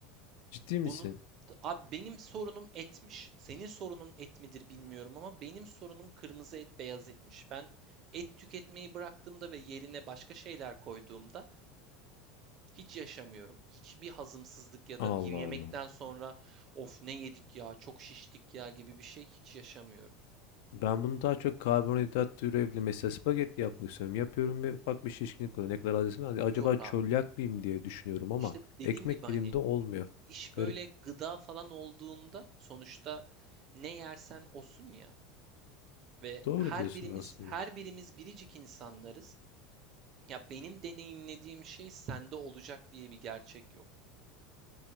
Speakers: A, on the left (about 70°); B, on the right (about 50°).
A: Ciddi
B: Bunun
A: misin?
B: abi benim sorunum etmiş. Senin sorunun et midir bilmiyorum ama benim sorunum kırmızı et, beyaz etmiş. Ben et tüketmeyi bıraktığımda ve yerine başka şeyler koyduğumda hiç yaşamıyorum. Hiçbir hazımsızlık ya
A: Allah
B: da bir yemekten
A: Allah.
B: sonra of ne yedik ya, çok şiştik ya gibi bir şey hiç yaşamıyorum.
A: Ben bunu daha çok karbonhidrat türevli mesela spagetti yapmak istiyorum. Yapıyorum ve ufak bir şişkinlik oluyor. Ne kadar az yesem hadi
B: Yok
A: acaba çölyak
B: abi.
A: mıyım diye düşünüyorum ama
B: İşte dediğim
A: ekmek
B: gibi hani
A: elimde olmuyor.
B: iş
A: Garip.
B: böyle gıda falan olduğunda sonuçta ne yersen osun ya ve
A: Doğru
B: her
A: diyorsun
B: birimiz
A: aslında.
B: her birimiz biricik insanlarız. Ya benim deneyimlediğim şey sende olacak diye bir gerçek yok.